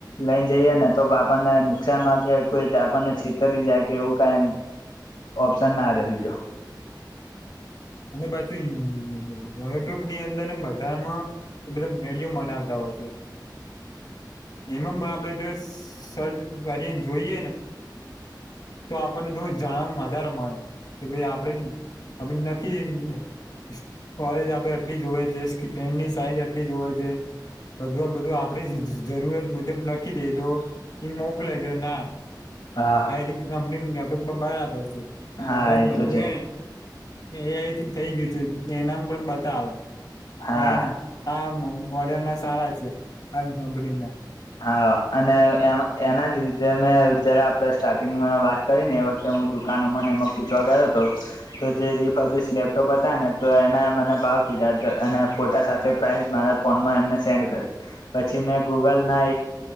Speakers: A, on the left; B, on the left.
A: લઈ જઈએ ને તો આપણને નુકસાન માં કે કોઈ ને છેતરી જાય કે એવું કઈ ઓપ્શન ના બીજું <inaudible>
B: અને પાછુ યુટ્યુબ ની અંદર બધામાં એ બધા વિડીયો મનાવતા હોય <inaudible> એમાં આપડે જો સર્ચ કરીએને જોઈએ ને તો આપણને થોડું જાણવા વધારે મળે કે ભાઈ આપડે આપ નખી ને વરેજ આપડે આટલી જોવે છે ડેનની સાઈઝ આટલી જોવે છે બધું બધું આપડી જરૂરિયાત મુજબ લખી દે તો એ મોકલે કે ના
A: હા
B: હાયરિંગ કંપની નું લપપમાં બરાબર છે
A: હા
B: બધું
A: તો છે
B: એ એ અહીથી થઇ ગયું છે એનામ પણ બધા આવે
A: હા
B: એને આ મોડેલ ના સારા છે આ કંપની ના
A: હા અને એમ એના જ રીતે મેં જયારે આપણેે સ્ટાર્ટિંગમાં વાત કરી ને એ વખતે હું દુકાનોમાંને એમાં પૂછવા ગયો તો જ લેપટોપ હતા ને તો એના મને ભાવ કીધા હતો અને ફોટા સાથે પ્રાઇસ મારા ફોનમાં એમને સેન્ડ પછી મેં ગૂગલ ના